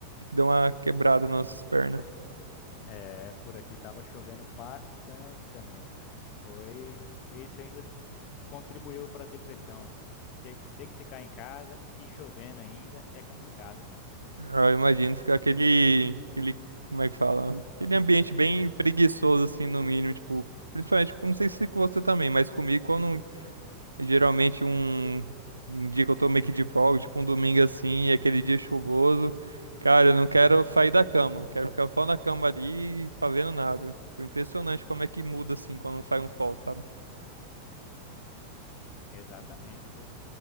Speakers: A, on the right; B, on the left.
A: deu uma quebrada nas nossas pernas.
B: É, por aqui tava chovendo bastante também, cara. Foi, isso ainda contribuiu para a depressão. Ter, ter que ficar em casa e chovendo ainda é complicado.
A: Eu imagino ficar aquele, aquele, como é que fala? Aquele ambiente bem preguiçoso, assim, no mínimo, tipo, principalmente, não sei se com você também, mas comigo, quando é geralmente um, um dia que eu tô meio que de folga, tipo um domingo assim, e aquele dia chuvoso, cara, eu não quero sair da cama, eu quero ficar só na cama ali, fazendo nada. Tipo, impressionante como é que muda, assim, quando faz um sol, sabe?
B: Exatamente, pô.